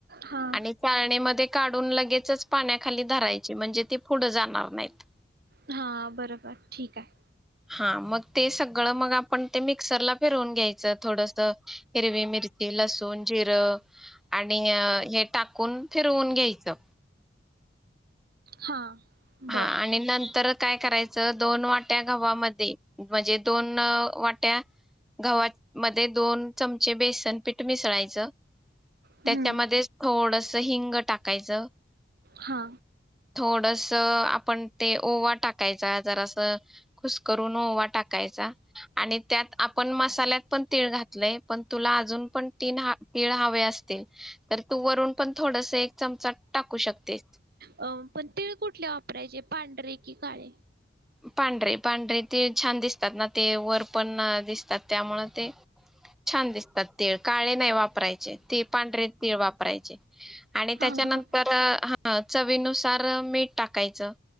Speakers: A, on the right; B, in the centre.
A: हा
B: आणि पाण्यामध्ये काढून लगेचच पाण्याखाली धरायची, म्हणजे ती पुढ जाणार नाहीत.
A: हा बर बर ठीक आहे.
B: हा मग ते सगळं मग आपण ते मिक्सरला फिरवून घ्याय ज थोडस हिरवी मिरची, लसूण, जिरं आणि हे टाकून फिरवून घ्यायचं.
A: हा.
B: हा
A: बर
B: आणि नंतरत काय करायचं दोन वाट्या गवामध्ये म्हणजे, दोन वाट्या गव्हामध्ये दोन चमचे बेसन पीठ मिसळायचं,
A: हम्म
B: त्याच्यामध्ये थोडस हिंग टाकायचं.
A: हा.
B: थोडंसं त आपण ते ओवा टाकायचा, जरासं खुसकरून ओवा टाकायचा, आणि त्यात आपण मसाल्यात पण तीळ घातलय पण तुला अजून पण तीन तीळ हवे असतील. तर तू वरून पण थोडस एक चमचा टाकू शकतेस
A: अं पण तीळ कुठले वापरायचे पांढरे कि काळे.
B: पांढरे पांढरे तीळ छान दिसतात ना ते वर पण दिसतात त्यामूळ ते छान दिसतात तीळ काळे नाही वापरायचे ते पांढर तीळ वापरायचे. आणि त्याच्यानंतर
A: हा हा
B: ह चवीनुसार मीठ टाकायचं